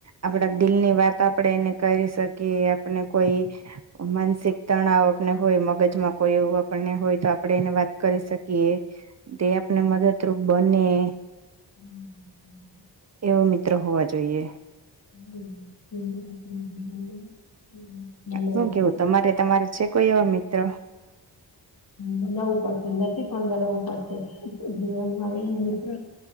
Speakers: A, on the right (about 40°); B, on the left (about 55°).
A: આપડા દિલની વાત આપણેે એને કરી શકીએ, આપણને કોઈ માનસિક તણાવ આપને હોય મગજમાં કોઈ એવું આપણને હોય તો આપણે એને વાત કરી શકીએ. તે આપને મદદ રુપ બને
B: હમ, હમ.
A: એવો મિત્ર હોવા જોઈએ.
B: <unintelligible>
A: શું કેવું તમારે તમારે છે કોઈ એવા મિત્ર?
B: બનાવવું પડશે નતી પણ બનાવવું પડશે. જીવનમાં એવી મિત્ર